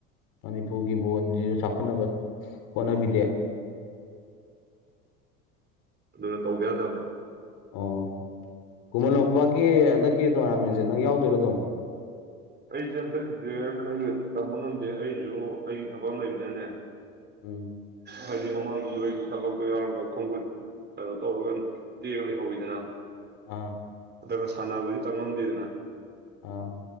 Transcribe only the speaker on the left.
ꯃꯅꯤꯄꯨꯔꯒꯤ ꯕꯣꯟꯁꯤꯁꯨ ꯆꯥꯎꯈꯠꯅꯕ ꯍꯣꯠꯅꯕꯤꯗꯦ
ꯑꯣ ꯈꯨꯃꯟ ꯂꯧꯄꯥꯛꯀꯤ ꯍꯟꯗꯛꯀꯤ ꯇꯣꯔꯅꯥꯃꯦꯟꯁꯦ ꯅꯪꯛ ꯌꯥꯎꯗꯣꯏꯔꯣ ꯑꯗꯨꯝ
ꯎꯝ
ꯑꯥ
ꯑꯥ